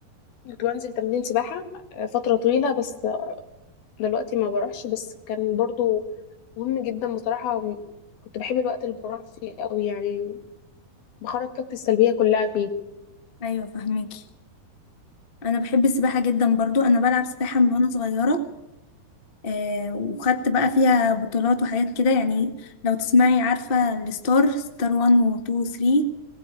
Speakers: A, on the left; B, on the left.
A: كنت بنزل تمرين سباحة آه، فترة طويلة بس دلوقتي ما بروحش بس كان برضو مهم جدا بصراحة كنت بحب الوقت اللي بروح فيه قوي يعني بخرج طاقتي السلبية كلها فيه
B: ايوه فهماكي انا بحب السباحة جدا برضو انا بلعب سباحة من وانا صغيرة آه، وخدت بقى فيها بطولات وحاجات كده يعني لو تسمعي عارفة الستار ستار 1 و 2 و 3